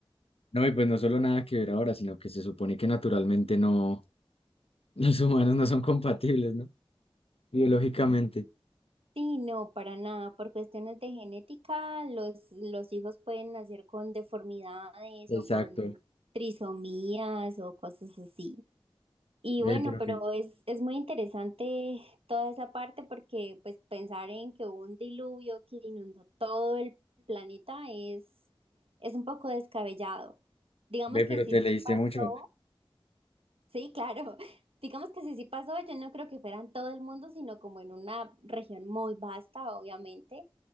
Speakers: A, on the left; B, on the right.
A: No, y pues no solo nada que ver ahora, sino que se supone que naturalmente no, <laughs> los humanos no son compatibles, ¿no? Biológicamente.
B: Sí, no, para nada. Por cuestiones de genética, los, los hijos pueden nacer con deformidades
A: Exacto.
B: o con trisomías o cosas así. Y
A: Ve,
B: bueno,
A: pero
B: pero
A: que,
B: es, es muy interesante toda esa parte porque pues pensar en que hubo un diluvio que inundó todo el planeta es, es un poco descabellado. Digamos
A: ve,
B: que
A: pero
B: sí,
A: te
B: sí
A: leíste
B: pasó.
A: mucho,
B: Sí, claro. <laughs> Digamos que si sí pasó, yo no creo que fuera en todo el mundo, sino como en una región muy vasta, obviamente,